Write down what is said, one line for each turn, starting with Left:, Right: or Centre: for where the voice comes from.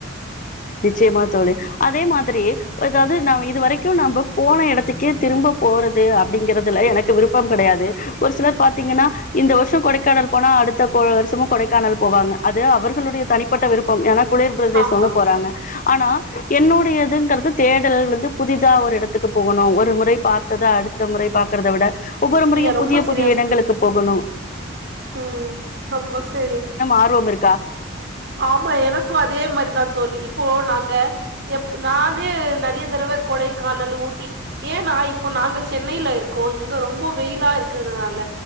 Left: நிச்சயமா தோழி அதே மாதிரி ஒ ஏதாவது நாம இது வரைக்கும் நாம்ப போன எடத்துக்கே திரும்ப போறதே அப்டிங்கிறதுல எனக்கு விருப்பம் கிடையாது ஒரு சிலர் பாத்தீங்கன்னா
Right: ம்
Left: இந்த வருஷோ கொடைக் க்கான போனா அடுத்த கொழ் வருஷமு கொடைக்கானல் போவாங்க அது அவர்களுடைய தனிப்பட்ட விருப்ப ஏனா குளிர் பிரதேஸ்சோனு
Right: ஆமா
Left: ஆனா என்னுடையதுங்கறது தேடல் வந்து புதிதா ஒரு இடத்துக்கு போகணு ஒரு ஓர் முறை பார்த்தது அடுத்த முறை பாக் க்கிறத விட ஒவ்வொரு
Right: சரியா
Left: முறையு
Right: ரொம்ப
Left: புதிய
Right: சரியா
Left: புதிய இடங்களுக்கு
Right: சொன்னீங்க
Left: போகணு
Right: ம் ரொம்ப செரிய
Left: ஆர்வம் இருக்கா?
Right: ஆமா எனக்கு அதே மாரிதா தோழி இப்போ நாங்க எப் பு நானே நெறைய தடவ கொடைக்கானலு ஊட் டி ஏன்னா இப்போ நாங்க சென்னையில ருக்கொ இங்க ரொம்ப வெயிலா ருக்கிறதுனால